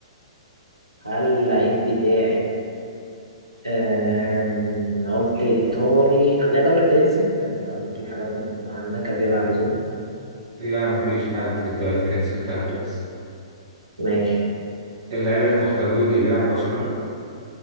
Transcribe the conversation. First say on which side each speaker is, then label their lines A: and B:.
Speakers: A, on the right; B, on the right.
A: هل اللعيب بتاعي آم، انا قلت الايطالي خليها دوري فرنسي عشان انت بتجيب حاجات مهنكه زياده عن اللزوم
B: لا مفيش حد في الدوري الفرنسي اخترته لسه
A: ماشي
B: اللعيب اللي أنت مختاره لي بيلعب في برشلونة؟